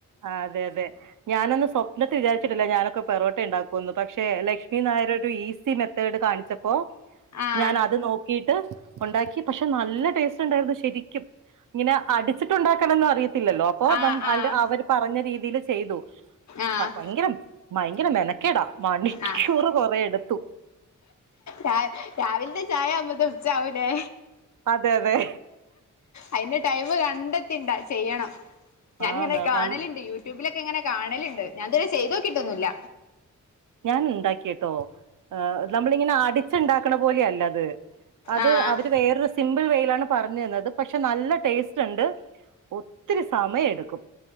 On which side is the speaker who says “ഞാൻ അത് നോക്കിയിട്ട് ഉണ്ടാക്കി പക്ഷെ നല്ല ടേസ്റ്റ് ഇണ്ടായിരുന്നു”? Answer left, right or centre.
Right